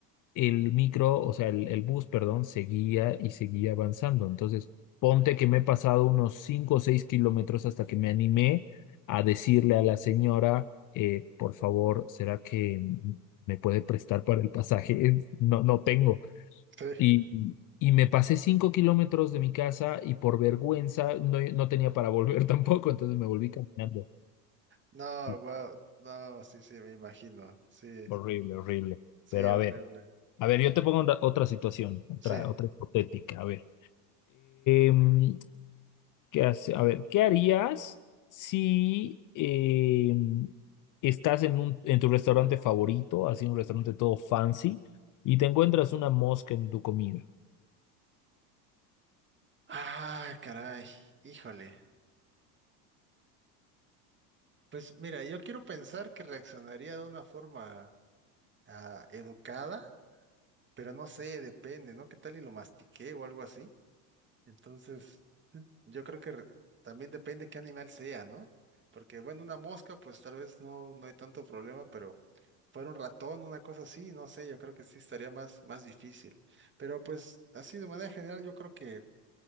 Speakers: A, on the left; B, on the right.
A: el micro, o sea, el, el bus, perdón, seguía y seguía avanzando. Entonces, ponte que me he pasado unos 5 o 6 kilómetros hasta que me animé a decirle a la señora, eh, por favor, ¿será que mm, me puede prestar para el pasaje? <laughs> No, no tengo.
B: sí.
A: Y, y me pasé cinco kilómetros de mi casa y por vergüenza no, no tenía para volver <laughs> tampoco, entonces me volví caminando.
B: No,
A: Y
B: wow, no, sí, sí, me imagino, sí,
A: Horrible, horrible.
B: sí,
A: Pero
B: horrible,
A: a ver, a ver, yo te pongo onda- otra situación, otra,
B: sí.
A: otra hipotética. A ver, em, ¿qué hace? A ver, ¿qué harías si em, estás en un, en tu restaurante favorito, así un restaurante todo fancy, y te encuentras una mosca en tu comida?
B: Ah, caray, híjole. Pues mira, yo quiero pensar que reaccionaría de una forma ah, educada, pero no sé, depende, ¿no? ¿Qué tal y lo mastiqué o algo así? Entonces, yo creo que re- también depende qué animal sea, ¿no? Porque bueno, una mosca, pues tal vez no, no hay tanto problema, pero fuera un ratón, una cosa así, no sé, yo creo que sí estaría más, más difícil. Pero pues así de manera general, yo creo que